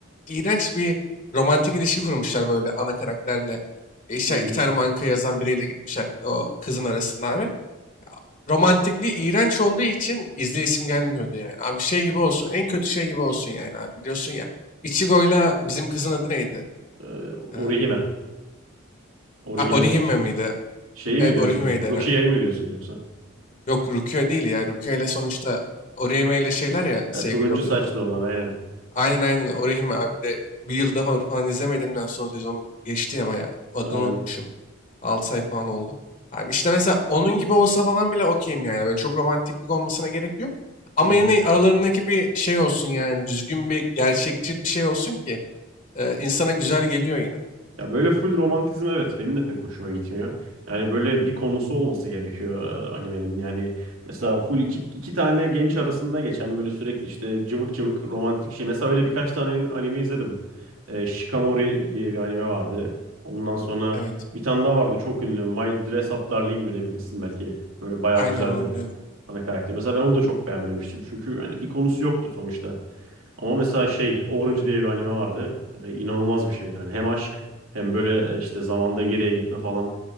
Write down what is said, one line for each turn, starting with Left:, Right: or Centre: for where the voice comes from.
Left: iğrenç bir romantik ilişki kurmuşlar böyle ana karakterle. E, işte
Right: Hı hı.
Left: iki tane manga yazan biriyle gitmişler o kızın arasında abi. romantikliği iğrenç olduğu için izleyesim gelmiyordu yani. Abi şey gibi olsun. En kötü şey gibi olsun yani abi. Biliyorsun ya. Ichigo'yla bizim kızın adı neydi?
Right: Ee, Orihime.
Left: Ee,
Right: Orihime
Left: a, Orihime
Right: şey,
Left: miydi?
Right: şeyi
Left: Evet
Right: mi diyorsun?
Left: Orihime'ydi herhalde.
Right: Rukiye'yi mi diyorsun yoksa?
Left: Yok Rukia değil ya. Rukia ile sonuçta Orihime ile şeyler ya
Right: Ha,
Left: sevgili
Right: turuncu
Left: oluyorlar
Right: saçlı
Left: yine.
Right: olan aynen.
Left: Aynen aynen Orihime abi de bir yılda falan, falan izlemediğimden son sezonu geçti ya bayağı. Adını
Right: Aynen.
Left: unutmuşum. 6 ay falan oldu. Abi işte mesela onun gibi olsa falan bile okeyim yani. Böyle çok romantiklik olmasına gerek yok. Ama
Right: Hı hı.
Left: yine aralarındaki bir şey olsun yani. Düzgün bir, gerçekçi bir şey olsun ki e, insana güzel geliyor yine.
Right: Ya böyle full romantizm evet benim de pek hoşuma gitmiyor. Yani böyle bir konusu olması gerekiyor e, animenin. Yani mesela full iki, iki tane genç arasında geçen böyle sürekli işte cıvık cıvık romantik şey. Mesela öyle birkaç tane anime izledim. E, Shikamori diye bir anime vardı. Ondan sonra
Left: Evet.
Right: bir tane daha vardı çok ünlü. My Dress Up Darling mi ne bilirsin belki. Böyle bayağı
Left: Aynen
Right: güzeldi
Left: onu biliyorum.
Right: ana karakter. Mesela ben onu da çok beğenmemiştim. Çünkü hani bir konusu yoktu sonuçta. Ama mesela şey Orange diye bir anime vardı. Yani inanılmaz bir şeydi. Yani hem aşk hem böyle e, işte zamanda geriye gitme falan.